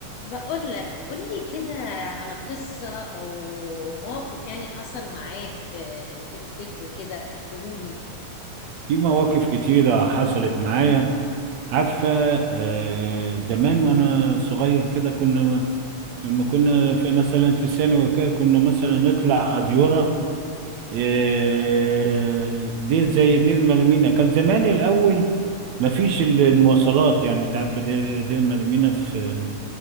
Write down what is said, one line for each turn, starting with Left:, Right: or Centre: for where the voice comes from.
Left: بقول لك قول لي كده على قصة أو موقف يعني حصل معاك آه، بتفتكره كده احكيهولي
Right: في مواقف كتيرة حصلت معايا عارفة آه زمان وأنا صغير كده كنا لما كنا في مثلا في ثانوي وكده كنا مثلا نطلع أديورة آه دير زي دير مريمينا كان زمان الأول مفيش ال- المواصلات يعني أنت عارفة دير, دير مريمينا في